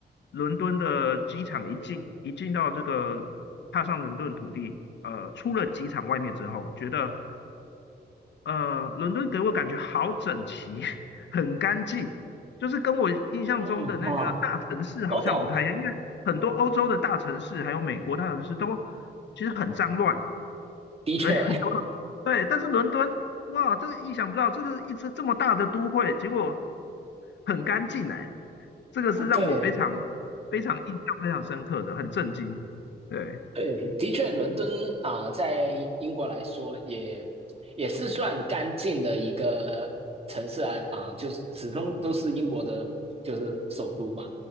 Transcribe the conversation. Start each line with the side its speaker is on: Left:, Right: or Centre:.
Left: 伦敦的机场一进一进到这个踏上伦敦土地，呃，出了机场外面之后，觉得呃伦敦给我感觉好整齐，<laughs> 很干净，就是跟我印象中的那个大城市好像不太一样，
Right: 嗯啊嗯我懂，
Left: 因为很多欧洲的大城市还有美国大城市都其实很脏乱。
Right: 的确，
Left: 对，很多，对，但是伦敦，哇，这意想不到，这个一直这么大的都会，结果很干净哎，这个是让我非常非常印象非常深刻的，
Right: 啊，对，
Left: 很震惊。对，
Right: 对，的确，伦敦啊、呃在英国来说也也是算干净的一个城市啊啊、就是始终都是英国的，就是首都嘛。